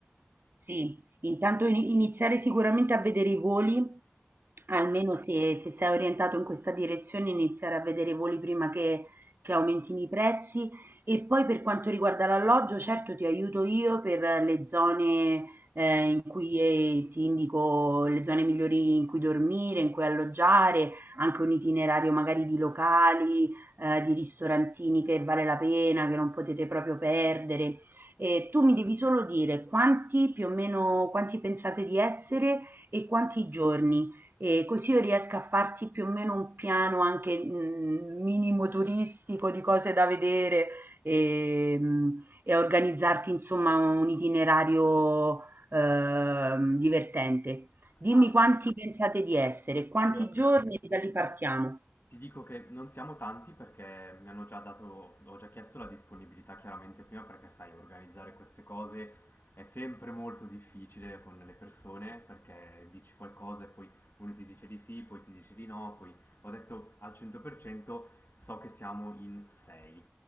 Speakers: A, on the right; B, on the left.
A: sì, intanto ini- iniziare sicuramente a vedere i voli, almeno se, se sei orientato in questa direzione, iniziare a vedere i voli prima che, che aumentino i prezzi. E poi per quanto riguarda l'alloggio, certo ti aiuto io per le zone eh, in cui eh, ti indico le zone migliori in cui dormire, in cui alloggiare, anche un itinerario magari di locali, eh, di ristorantini che vale la pena, che non potete proprio perdere Ehm, tu mi devi solo dire quanti più o meno quanti pensate di essere e quanti giorni, ehm, così io riesco a farti più o meno un piano anche, mhmm, minimo turistico di cose da vedere, ehm, e a organizzarti insomma un itinerario, ehm, divertente.
B: <laughs>
A: Dimmi
B: ah,
A: quanti
B: perfetto.
A: pensate di essere, quanti
B: Allora,
A: giorni e da lì partiamo.
B: Ti dico che non siamo tanti perché mi hanno già dato, ho già chiesto la disponibilità chiaramente prima perché sai, organizzare queste cose è sempre molto difficile con le persone perché dici qualcosa e poi uno ti dice di sì, poi ti dice di no, poi ho detto al 100% so che siamo in 6,